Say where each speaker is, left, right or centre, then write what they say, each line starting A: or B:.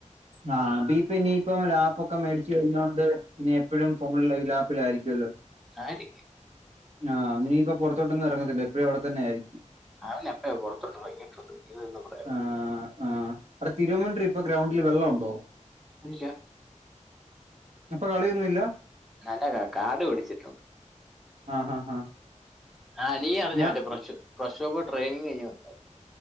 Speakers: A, on the right; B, in the centre.
A: ആഹ് ഇത് ഇപ്പ ഇനിയിപ്പം ലാപ്പൊക്കെ മേടിച്ചു കഴിഞ്ഞോണ്ട് ഇനി എപ്പോഴും ഫോണില ലാപ്പിലായിരിക്കുല്ലോ
B: ആയിരിക്കും
A: ആഹ് ഇനിയിപ്പൊ പുറത്തോട്ടൊന്നും ഇറങ്ങത്തില്ല എപ്പോഴും അവിടെത്തന്നെയായിരിക്കും
B: അവനപ്പ പുറത്തോട്ട് ഇറങ്ങിട്ടുണ്ട് ഇത് എന്താ പറയാ
A: ആഹ് ആഹ് അടെ തിരുവമണ്ടരി ഇപ്പൊ ഗ്രൗണ്ടില് വെള്ളം ഉണ്ടോ
B: ഇല്ലാ
A: ഇപ്പൊ കളിയൊന്നുമില്ല
B: നല്ല കാട് പിടിച്ചിട്ടുണ്ട്
A: ആഹ് ആഹ് ആഹ്
B: ആഹ് നീ അറിഞ്ഞാ
A: ഞാ
B: മറ്റേ ഫ്രഷ് പ്രശോബ് ട്രെയിനിങ് കഴിഞ് വന്നായിരുന്നു